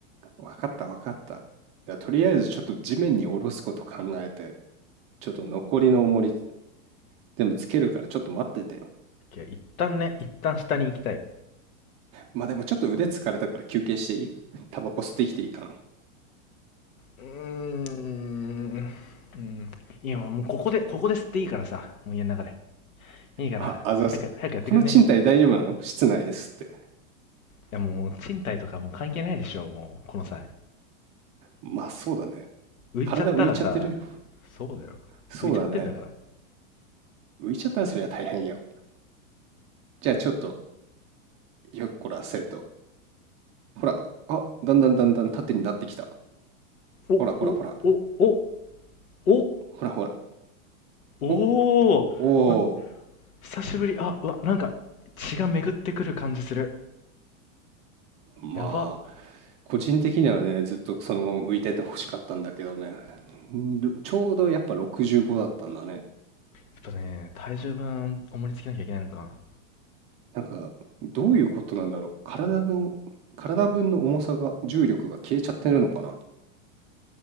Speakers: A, on the right (about 15°); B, on the left (about 85°).
A: わかったわかった。じゃあとりあえずちょっと地面に下ろすこと考えて、ちょっと残りの重り全部つけるからちょっと待っててよ。
B: いや、一旦ね、一旦下に行きたい。
A: まあでもちょっと腕疲れたから休憩していい <laughs> タバコ吸ってきていいかな
B: うーん。うん。いや、もうここで、ここで吸っていいからさ。もう家の中で。いいから。
A: あ、あざす。
B: 早く、早くやってくんね。
A: この賃貸大丈夫なの室内ですって。
B: やもう、賃貸とかもう関係ないでしょ、もう、この際。
A: まあそうだね。
B: 浮いちゃったらさ、
A: 体浮いちゃってる。
B: そうだよ。
A: そうだね。
B: 浮いちゃってんだから。
A: 浮いちゃったらそりゃ大変よ。じゃあちょっと、よっこら、せとほら、あ、だんだんだんだん縦になってきた。
B: お、
A: ほらほらほら、
B: お、お、お、お、
A: ほらほら。
B: おお、
A: お、おー。
B: ま、久しぶり。あ、うわ、なんか、血が巡ってくる感じする。
A: まあ、
B: やば。
A: 個人的にはね、ずっとそのまま浮いてて欲しかったんだけどね。んちょうどやっぱ65だったんだね。
B: やっぱね、体重分、重りつけなきゃいけないのか。
A: なんか、どういうことなんだろう。体の、体分の重さが、重力が消えちゃってるのかな。